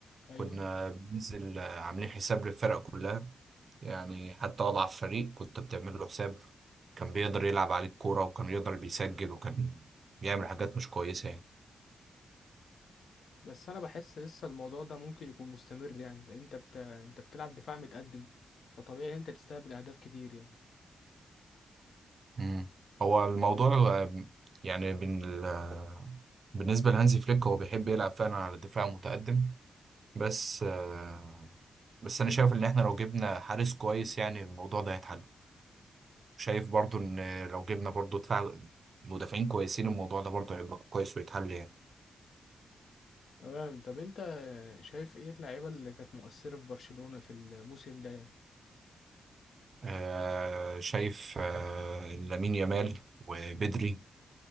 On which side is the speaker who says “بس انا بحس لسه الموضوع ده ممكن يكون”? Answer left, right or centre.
Left